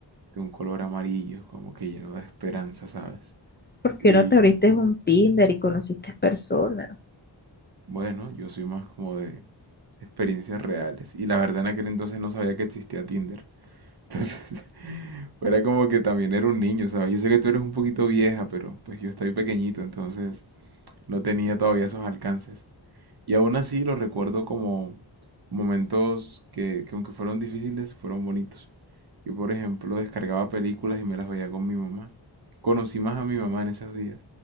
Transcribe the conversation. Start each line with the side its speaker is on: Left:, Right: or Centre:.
Right: de un color amarillo, como que lleno de esperanza, ¿sabes?
Left: ¿Por qué
Right: Y
Left: no te abriste un Tinder y conociste personas?
Right: bueno, yo soy más como de experiencias reales. Y la verdad en aquel entonces no sabía que existía Tinder. Entonces, <laughs> era como que también era un niño, ¿sabes? Yo sé que tú eres un poquito vieja, pero pues yo estoy pequeñito, entonces no tenía todavía esos alcances. Y aún así los recuerdo como momentos que, que aunque fueron difíciles, fueron bonitos. Yo, por ejemplo, descargaba películas y me las veía con mi mamá. Conocí más a mi mamá en esos días,